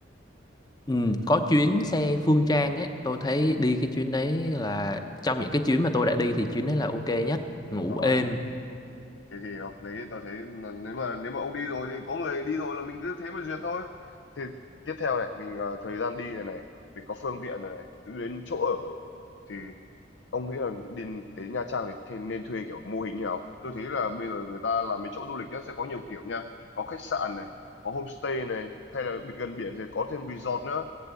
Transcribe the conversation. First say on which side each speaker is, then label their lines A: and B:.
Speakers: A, on the left (about 20°); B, on the left (about 75°).
A: Ừ, có chuyến xe Phương Trang ấy, tôi thấy đi cái chuyến đấy là trong những cái chuyến mà tôi đã đi thì chuyến đấy là ok nhất, ngủ
B: rồi
A: êm
B: thế thì hợp lý tao thấy là nếu mà nếu mà ông đi rồi thì có người đi rồi là mình cứ thế mà duyệt thôi thì tiếp theo này mình ờ, thời gian đi này này mình có phương tiện này này đến chỗ ở thì ông nghĩ là đi tới Nha Trang này thì nên thuê kiểu mô hình như nào tôi thấy là bây giờ người ta làm mấy chỗ du lịch á, sẽ có nhiều kiểu nha có khách sạn này có homestay này hay là gần biển thì có thêm resort nữa